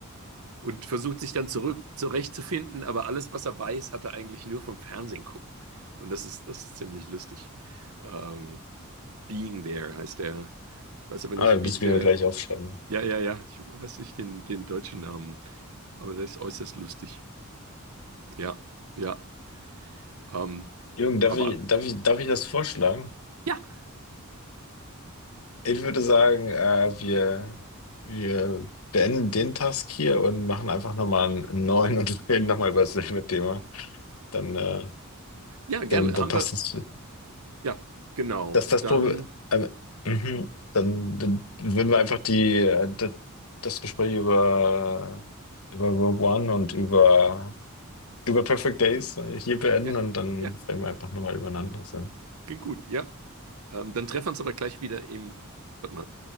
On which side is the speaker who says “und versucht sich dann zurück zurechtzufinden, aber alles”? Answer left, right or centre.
Right